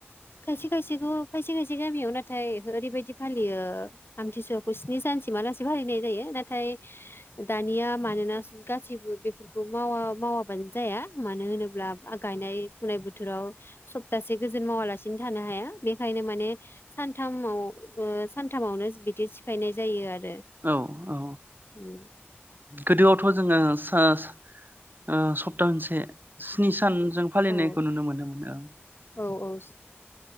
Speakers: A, on the left; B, on the right.
A: खायसे खायसेखौ खायसे खायसे गामियाव नाथाय ओरैबायदि फालियो आमथिसुवाखौ स्नि सानसिमहालासे फालिनाय जायो नाथाय दानिया मानोना गासैबो बेफोरखौ मावा मावाबानो जाया मानो होनोब्ला गायनाय फुनाय बोथोराव। सप्तासे गोजोन मावालासिनो थानो हाया बेखायनो माने सानथामाव सानथामावनो बिदि सिफायनाय जायो आरो।
B: औ औ
A: उम
B: गोदोआवथ' जोङो। ओ ओ सबता मोनसे स्नि सान। सानजों फालिनायखौ
A: औ
B: नुनो मोनोमोन ओं।
A: औ औ।